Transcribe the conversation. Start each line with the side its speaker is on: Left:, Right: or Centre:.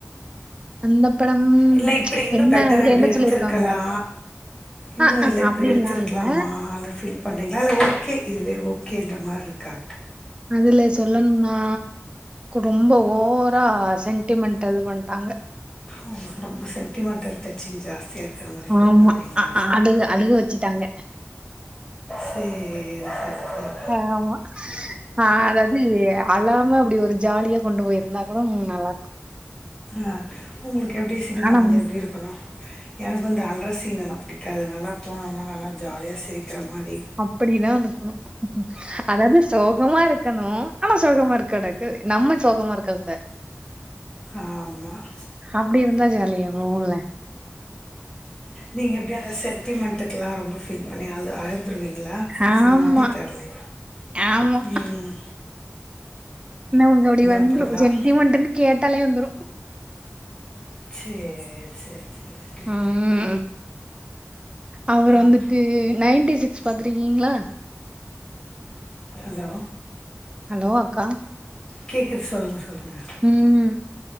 Right: அந்த படம்
Left: இல்ல இப்பிடி இன்னோ
Right: என்ன
Left: பெட்டரா
Right: அதுல
Left: இப்புடி
Right: என்ன
Left: எடுத்திருக்கலா
Right: சொல்லிருக்காங்க
Left: இன்னோ
Right: ஆ ஆ
Left: இல்ல இப்புடி
Right: அப்டிலா
Left: எடுத்திருக்கலாமா
Right: இல்ல
Left: அல்ல ஃபீல் பண்ணுறீங்களால இல்ல ஓகே இதுவே ஓகேன்ற மாரி இருக்கா
Right: அதுல சொல்லணும்னா ரொம்ப ஓவரா சென்டிமென்ட இது பண்ட்டாங்க
Left: ஓ ரொம்போ சென்ட் டிமெண்டல் டச்சிங் ஜாஸ்தியா இருக்குற மாரி ஃபீல்
Right: ஆமா.
Left: பண்றீங்களா
Right: அ அ அழுக அழுக வச்சுட்டாங்க.
Left: சேரி செர் சேரி
Right: ஆமா ஆ அதாவது அலாம அப்புடி ஒரு ஜாலியா கொண்டு போயிருந்தா கூட ம்ம் நல்லா இருக்கோ
Left: ஆ உங்குளுக்கு எப்டி சினிமா
Right: ஆனா
Left: வந்து எப்டி இருக்கணோ எனக்கு வந்து அல்ற சீன் எல்லா பிடிக் காது நல்லா போனமா நல்லா ஜாலியா சிரிக்கிற மாரி
Right: அப்புடிதா நிக்கணோ அதாவது சோகமா இருக் இர்க்கணோ ஆனா சோகமா இருக்க கடக்கு நம்ம சோகமா இருக்க கூடாது
Left: ஆமாம்
Right: அப்டி இருந்தா ஜாலியா உங்க ஊர்ல
Left: நீங்க எப்டி அந்த சென்டிமெண்டக்ல்லா ரொம்ப ஃபீல் பண்ணி அழு அழுந்துருவீங்களா
Right: ஆமா,
Left: சினிமா தேட்டர்லே
Right: ஆமா.
Left: ம்
Right: நமக்கு அப்டி வந்துரு
Left: அப்படி தான்
Right: செண்டிமண்டுனு கேட்டாலே வந்துரு
Left: சேர் செரி செரி செரி
Right: ம் அவரு
Left: ஆப்
Right: வந்துட்டு நைன்டி சிக்ஸ் பாத்திருக்கீங்ளா
Left: ஹலோ
Right: ஹலோ அக்கா
Left: கேக்குது சொல்லுங்க சொல்லுங்க
Right: ம்